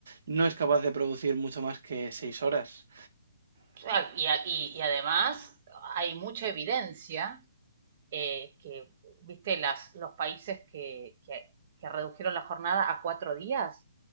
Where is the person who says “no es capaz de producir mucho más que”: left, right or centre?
Right